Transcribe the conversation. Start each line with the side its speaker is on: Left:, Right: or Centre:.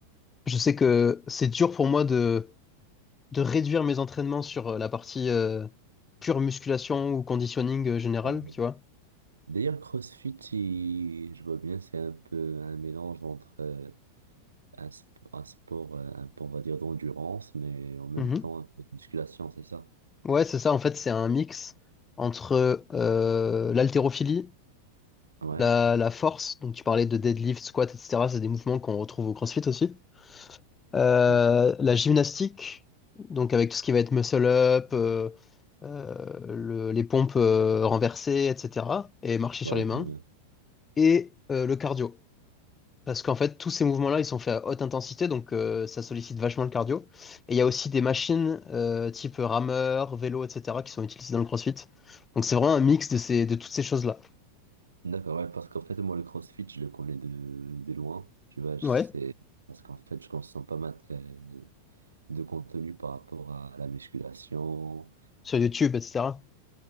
Left: je sais que c'est dur pour moi de, de réduire mes entraînements sur euh, la partie euh, pure musculation ou conditioning euh, général,
Right: Alors,
Left: tu vois.
Right: D'ailleurs, CrossFit, il- je vois bien, c'est un peu un mélange entre euh, un, sp- un sport, euh, un peu, on va dire, d'endurance, mais en même
Left: Mhm.
Right: temps un peu de musculation, c'est ça?
Left: Ouais, c'est ça, en fait, c'est un mix entre euh, l'haltérophilie,
Right: Ouais,
Left: la, la force, donc tu parlais de deadlift, squat, etc., c'est des mouvements qu'on retrouve au CrossFit aussi, Euh,
Right: ouais,
Left: la gymnastique, donc avec tout ce qui va être muscle up, euh, euh, les pompes euh, renversées, etc. Et marcher sur
Right: ouais,
Left: les mains.
Right: je vois bien.
Left: Et euh, le cardio. Parce qu'en fait, tous ces mouvements-là, ils sont faits à haute intensité, donc euh, ça sollicite vachement le cardio. Et il y a aussi des machines euh, type rameur, vélo, etc. qui sont utilisées dans le CrossFit. Donc c'est vraiment un mix de ces, de toutes ces choses-là.
Right: D'accord, ouais, parce qu'en fait, moi, le CrossFit, je le connais de, de loin, tu vois, je
Left: Ouais,
Right: sais, parce qu'en fait, je consomme pas mal de, de contenu par rapport à la musculation,
Left: sur YouTube, etc.